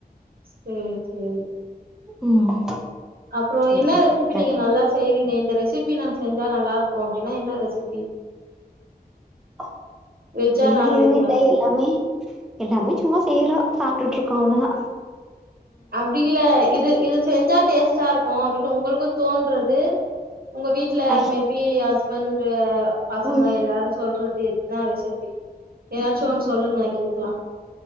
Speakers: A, on the right; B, in the centre.
A: சேரி சேரி.
B: ம்.
A: அப்றோ
B: சரி
A: என்னா ரெசிபி
B: சிஸ்டர்.
A: நீங்க நல்லா செய்விங்க இந்த ரெசிபி நான் செஞ்சா நல்லாருக்கு அப்டினா என்னா ரெசி
B: அப்டில்லா
A: வெஜ்ஜா நான்வெஜ்ஜா
B: எதுவு இல்ல எல்லாமே எல்லாமே சும்மா செய்றோ சாப்ட்டுட்ருக்கோ அவ்ளோதா.
A: அப்டி இல்ல இது இது செஞ்சா டேஸ்ட்டா இருக்கு அப்பினு உங்களுக்கு தோன்றது உங்க வீட்ல
B: ஆக்சு
A: மேபி ஹஸ் பண்ர பசங்க
B: ம்.
A: எல்லாரு சொல்றது எதுனா ரெசிபி எதாச்சு ஒன் சொல்லுங்ளே கேக்லா.